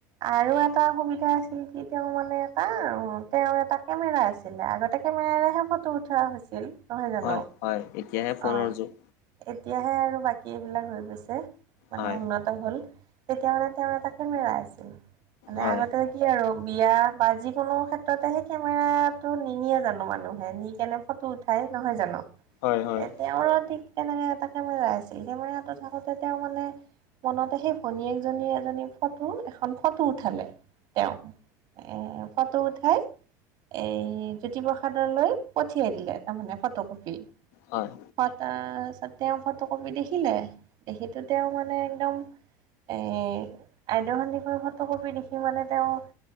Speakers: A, on the right; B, on the left.
A: আৰু এটা সুবিধা আছিল কি তেওঁ মানে এটা তেওঁৰ এটা কেমেৰা আছিল। আছিলে, আগতে কেমেৰাৰেহে ফ'টো উঠোৱা হৈছিল নহয় জানো?
B: হয় হয় এতিয়াহে ফোনৰ
A: অ
B: যুগ।
A: এতিয়াহে আৰু বাকী এইবিলাক হৈ গৈছে মানে
B: হয়
A: উন্নত। হ'ল, তেতিয়া মানে তেওঁৰ এটা কেমেৰা আছিল মানে
B: হয়
A: আগতে আৰু বিয়া বা যিকোনো ক্ষেত্ৰতে সেই কেমেৰাতটো নিনিয়ে জানো মানুহে নি কেনে ফ'টো উঠাই নহয় জানো?
B: হয় হয়
A: এ', তেওঁৰো ঠিক তেনেকে এটা কেমেৰা আছিল কেমেৰাটো থাকোতে তেওঁ মানে মনতে সেই ভনীয়েকজনীয়ে এজনী ফ'টো এখন ফ'টো উঠালে তেওঁ। এ', ফ'টো উঠাই। এই জ্যোতিপ্ৰসাদলৈ পঠিয়াই দিলে তাৰমানে ফ'টো কপি।
B: হয়।
A: ছত <unintelligible> আ তেওঁ ফ'টো কপি দেখিলে দেখিটো তেওঁ মানে একদম এই আইদেউ সন্দকৈৰ ফ'টো কপি দেখি মানে তেওঁ